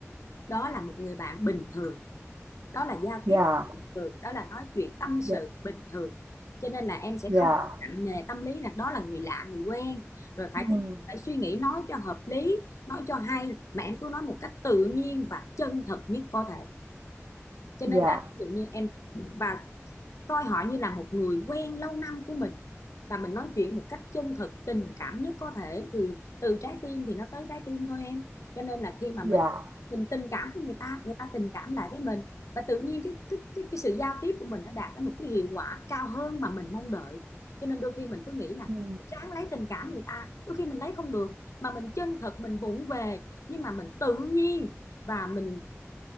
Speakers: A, on the left; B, on the right.
A: đó là một người bạn bình thường đó là giao
B: dạ,
A: tiếp bình thường đó là nói chuyện tâm
B: dạ,
A: sự bình thường cho nên là em sẽ
B: dạ,
A: không nặng nề tâm lý là đó là người lạ người quen rồi phải
B: ừ,
A: thế này, phải suy nghĩ nói cho hợp lý nói cho hay mà em cứ nói một cách tự nhiên và chân thật nhất có thể cho
B: dạ,
A: nên là ví dụ như em và coi họ như là một người quen lâu năm của mình và mình nói chuyện một cách chân thực tình cảm nhất có thể thì từ trái tim thì nó tới trái tim thôi em cho nên là khi mà
B: dạ,
A: mình mình tình cảm với người ta người ta tình cảm lại với mình và tự nhiên cái cái cái, cái sự giao tiếp của mình nó đạt đến một cái hiệu quả cao hơn mà mình mong đợi cho nên đôi khi mình cứ nghĩ là
B: ừ,
A: ráng lấy tình cảm người ta đôi khi mình lấy không được mà mình chân thật mình vụng về nhưng mà mình tự nhiên và mình